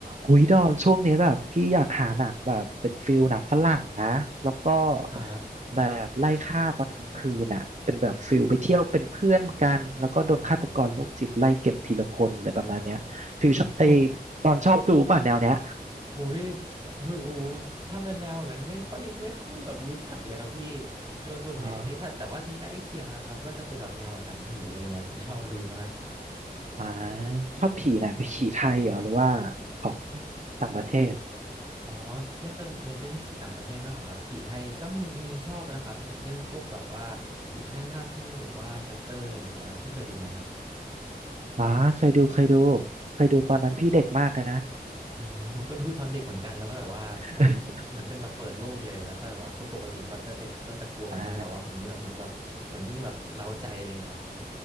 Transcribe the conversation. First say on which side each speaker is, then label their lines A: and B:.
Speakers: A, on the right; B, on the right.
A: หุยดอมช่วงนี้แบบพี่อยากหาหนังแบบเป็นฟิลหนังฝรั่งนะแล้วก็
B: ครับ
A: แบบไล่ฆ่าตอนกลางคืนน่ะเป็นแบบฟิลไปเที่ยวเป็นเพื่อนกันแล้วก็โดนฆาตกรโรคจิตไล่เก็บทีละคนอะไรประมาณเนี้ยฟิลชอบไอ
B: โอ้โห
A: ตอนชอบดูป่ะแนวเนี้ย
B: อุ้ยคือโอ้ถ้าเป็นแนวอย่างนั้นไม่ค่อย <laughs> ไม่ค่อยแบบรู้จักเลยครับพี่โดยส่วนใหญ่นี่ถ้าแต่ว่ามีใกล้เคียงอะครับก็จะเป็นแบบแนวแบบหนังผีอะไรเงี้ยผมชอบดูมาก
A: เหรออ่าชอบผีไหนไปนผีไทยเหรอหรือว่าของต่างประเทศ
B: อ๋อก็จะเน้นเป็นผีต่างประเทศมากกว่าครับผีไทยก็มีมีชอบนะครับอย่างเช่นพวกแบบว่าสี่แพร่งห้าแพร่งหรือว่าชัตเตอร์อะไรอย่างเงี้ยพี่เคยดูไหมครับ
A: อ๋อเคยดูเคยดูเคยดูตอนนั้นพี่เด็กมากเลยนะ
B: อืมผมก็ดูตอนเด็กเหมือนกันแล้วก็แบบว่าแบบเหมือนเป็นแบบเปิดโลกเลยแล้วก็แบบว่าคนปกติเขาจะเด็กเขาจะกลัวกันใช่ไหมแต่ว่าผมนี่แบบเหมือนแบบเหมือนยิ่งแบบเร้าใจอะไรอย่างเงี้ย
A: <laughs> อ่า